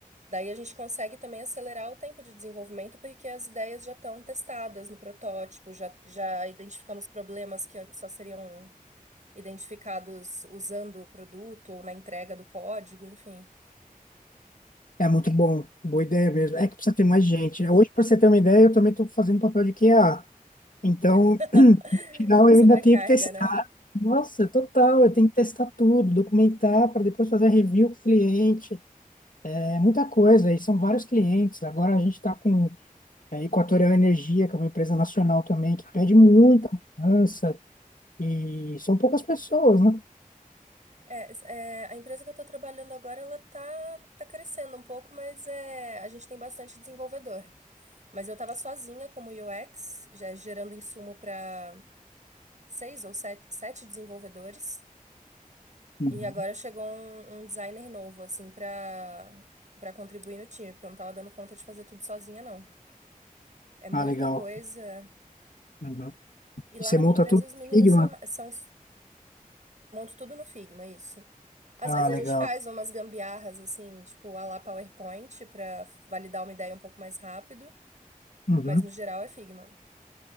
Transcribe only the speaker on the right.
Daí a gente consegue também acelerar o tempo de desenvolvimento, porque as ideias já estão testadas no protótipo, já, já identificamos problemas que antes só seriam identificados usando o produto ou na entrega do código, enfim.
Uhum.
<laughs>
Sobrecarga,
né?
Uhum.
É, s- é, a empresa que eu estou trabalhando agora, ela tá, tá crescendo um pouco, mas é, a gente tem bastante desenvolvedor. Mas eu estava sozinha como UX, já gerando insumo para seis ou sete, sete desenvolvedores.
E agora chegou um, um designer novo, assim, para para contribuir no time, porque eu não tava dando conta de fazer tudo sozinha, não. É muita
coisa.
E lá
na
minha empresa,
os meninos
são, ra- são, montam tudo no Figma, isso. Às
vezes a
gente faz umas gambiarras, assim, tipo, à la PowerPoint, para validar uma ideia um pouco mais rápido,
mas no geral é Figma.